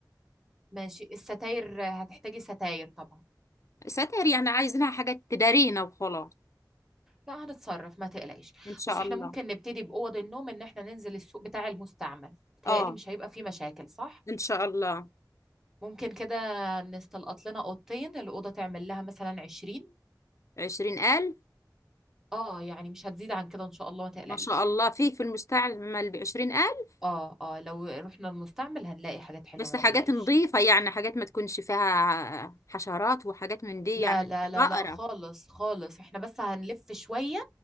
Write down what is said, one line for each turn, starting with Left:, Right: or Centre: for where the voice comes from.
Centre: ماشي الستاير آه، هتحتاجي ستاير طبعا
Left: ستر يعني عايزينها حاجة تدارينا وخلاص
Centre: لا هنتصرف ما تقلقيش
Left: ان شاء
Centre: بص احنا
Left: الله
Centre: ممكن نبتدي باوض النوم ان احنا ننزل السوق بتاع المستعمل بتهيألي
Left: اه
Centre: مش هيبقى فيه مشاكل صح
Left: ان شاء الله
Centre: ممكن كده نستلقط لنا اوضتين الاوضه تعمل لها مثلا 20
Left: عشرين الف
Centre: اه يعني مش هتزيد عن كده ان شاء الله ما تقلقيش
Left: ما شاء الله في في المستعمل بعشرين الف
Centre: اه اه لو رحنا المستعمل هنلاقي حاجات حلوه
Left: بس
Centre: ما تقلقيش
Left: حاجات نظيفة يعني حاجات ما تكونش فيها حشرات وحاجات من دي
Centre: لا
Left: يعني
Centre: لا لا
Left: بقرة
Centre: لا خالص خالص احنا بس هنلف شوية